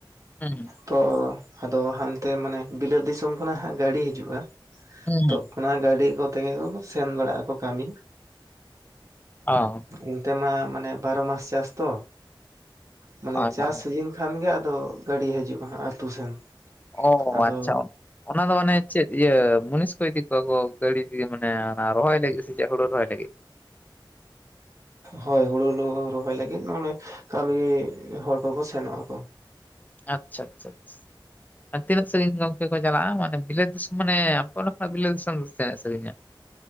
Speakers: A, on the left; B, on the right.
A: ᱦᱩᱸ
B: ᱛᱚ ᱟᱫᱚ ᱦᱟᱱᱛᱮ ᱢᱟᱱᱮ ᱵᱤᱞᱟᱹᱛ ᱫᱤᱥᱚᱢ ᱠᱷᱚᱱᱟᱜ ᱦᱟᱸᱜ ᱜᱟᱹᱰᱤ ᱦᱤᱡᱩᱜ-ᱟ
A: ᱦᱩᱸ,
B: ᱛᱚ
A: ᱦᱩᱸ,
B: ᱚᱱᱟ ᱜᱟᱹᱰᱤ ᱠᱚᱛᱮᱜᱮ ᱥᱮᱱ ᱵᱟᱲᱟᱜ-ᱟ ᱠᱟᱹᱢᱤ
A: ᱚ
B: ᱚᱱᱛᱮᱢᱟ ᱢᱟᱱᱮ ᱵᱟᱨᱚ ᱢᱟᱥ ᱪᱟᱥ ᱛᱚ ᱢᱟᱱᱮ
A: ᱦᱳᱭ
B: ᱪᱟᱥ
A: ᱦᱳᱭ
B: ᱥᱤᱡᱤᱱ ᱠᱷᱟᱱᱜᱮ ᱫᱚ ᱜᱟᱹᱰᱤ ᱦᱤᱡᱩᱜ-ᱟ ᱦᱟᱸᱜ ᱟᱹᱛᱩ ᱥᱮᱱ
A: ᱚ
B: ᱟᱫᱚ
A: ᱟᱪᱪᱷᱟ᱾ ᱚᱱᱟ ᱫᱚ ᱟᱱᱮ ᱪᱮᱫ ᱤᱭᱟᱹ ᱢᱩᱱᱤᱥ ᱠᱚ ᱤᱫᱤ ᱠᱚᱣᱟ ᱠᱚ ᱜᱟᱹᱲᱤ ᱢᱟᱱᱮ ᱚᱱᱟ ᱨᱚᱦᱚᱭ ᱞᱟᱹᱜᱤᱫ ᱥᱮ ᱪᱮᱫ ᱦᱩᱲᱩ ᱨᱚᱦᱚᱭ ᱞᱟᱹᱜᱤᱫ
B: ᱦᱳᱭ ᱦᱩᱲᱩ ᱦᱩᱲᱩ ᱨᱚᱦᱚᱭ ᱞᱟᱹᱜᱤᱫ ᱢᱮ ᱠᱟᱹᱢᱤ ᱦᱚᱲ ᱠᱚᱠᱚ ᱥᱮᱱᱚᱜ-ᱟᱠᱚ
A: ᱟᱪᱪᱷᱟ ᱟᱪᱪᱷᱟ ᱟᱪᱪᱷᱟ ᱟᱨ ᱛᱤᱱᱟᱹᱜ ᱥᱟᱺᱜᱤᱧ ᱜᱚᱝᱠᱮ ᱠᱚ ᱪᱟᱞᱟᱜᱼᱟ ᱢᱟᱱᱮ ᱵᱤᱞᱟᱹᱛ ᱫᱤᱥᱚᱢ ᱢᱟᱱᱮ ᱟᱯᱮ ᱠᱷᱱᱟᱜ ᱵᱤᱞᱟᱹᱛ ᱫᱤᱥᱚᱢ ᱫᱚ ᱛᱤᱱᱟᱹᱜ ᱥᱟᱺᱜᱤᱧᱟ